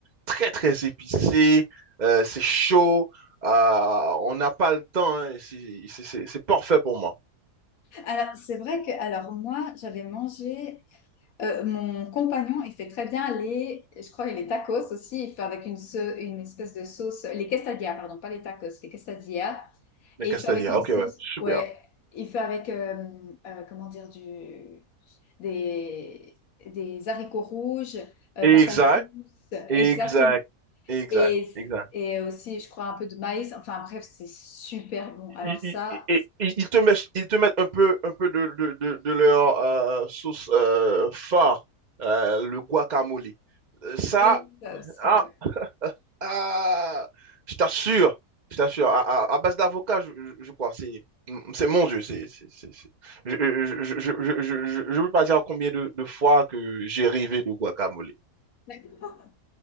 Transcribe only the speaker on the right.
Très, très épicée, euh, c'est chaud, euh, on n'a pas le temps, hein, c'est c'est- c'est- c'est parfait pour moi.
Mais
Castalia,
ok,
ouais, super.
Exact,
exact,
exact,
exact.
ils,
ils- ils- te mettent, ils te mettent un peu, un peu de, de- de- de leur euh, sauce euh, phare, euh, le guacamole. Euh, Ça,
ah,
ah, je t'assure, je t'assure, à, à- à base d'avocat, je, je- je crois, c'est, c'est mon Dieu, c'est, c'est- c'est- c'est- je, je, je, je, je, je- je- je veux pas dire combien de, de fois que j'ai rêvé de guacamole.